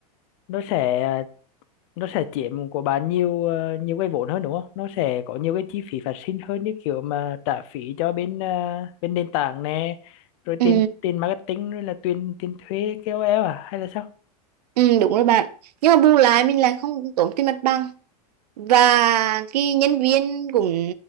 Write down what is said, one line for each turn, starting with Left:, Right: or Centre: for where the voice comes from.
Left: nó sẽ à, nó sẽ chiếm của bạn nhiều ờ, nhiều cái vốn hơn đúng không nó sẽ có nhiều cái chi phí phát sinh hơn như kiểu mà trả phí cho bên ờ, bên nền tảng nè rồi
Right: ừ.
Left: tiền tiền marketing rồi là tiền tiền thuê KOL à hay là sao
Right: Ừ, đúng rồi bạn. Nhưng mà bù lại mình lại không tốn tiền mặt bằng. Và cái nhân viên cũng